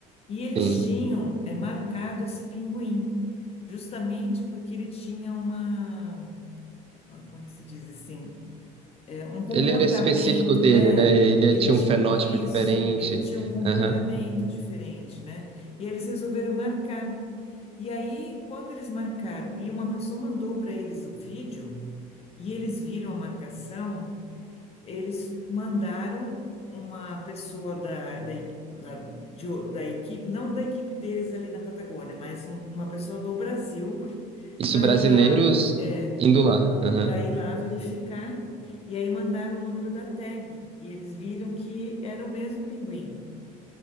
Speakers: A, on the left; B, on the right.
A: E eles
B: Sim.
A: tinham é, marcado esse pinguim, justamente porque ele tinha uma, ah, como é que se diz assim? É, um comportamento,
B: Ele era específico dele,
A: é,
B: né? Ele
A: ele
B: tinha
A: tinha
B: um fenótipo
A: um- isso,
B: diferente.
A: ele tinha um comportamento
B: Aham.
A: diferente, né? E eles resolveram marcar. E aí, quando eles marcaram, e uma pessoa mandou para eles o vídeo, e eles viram a marcação eles mandaram uma pessoa da, da, e- lá de o- da equipe, não da equipe deles ali na Patagônia, mas um- uma pessoa do Brasil
B: Isso
A: para
B: brasileiros
A: ir lá, é,
B: indo
A: para
B: lá. Aham.
A: para ir lá verificar. E aí mandaram o número da tag e eles viram que era o mesmo pinguim.